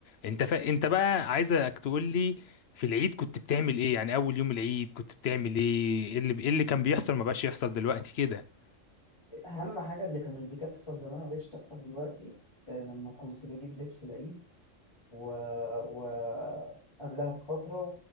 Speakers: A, on the left; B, on the left.
A: انت فا... انت بقى عايزك تقول لي في العيد كنت بتعمل ايه يعني اول يوم العيد كنت بتعمل ايه ايه اللي ايه اللي كان بيحصل ما بقاش يحصل دلوقتي كده
B: أهم حاجة اللي كانت بتحصل زمان ما بقتش تحصل دلوقتي آه، لما كنت بجيب لبس العيد و... و... قبلها بفترة